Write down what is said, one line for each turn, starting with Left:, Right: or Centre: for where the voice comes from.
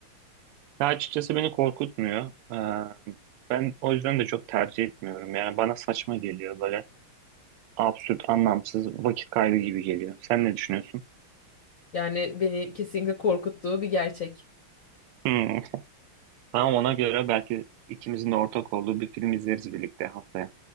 Right: Ya açıkçası beni korkutmuyor. Ee, ben o yüzden de çok tercih etmiyorum. Yani bana saçma geliyor böyle absürt, anlamsız, vakit kaybı gibi geliyor. Sen ne düşünüyorsun?
Left: Yani beni kesinlikle korkuttuğu bir gerçek.
Right: Hmm. Tamam ona göre belki ikimizin de ortak olduğu bir film izleriz birlikte haftaya.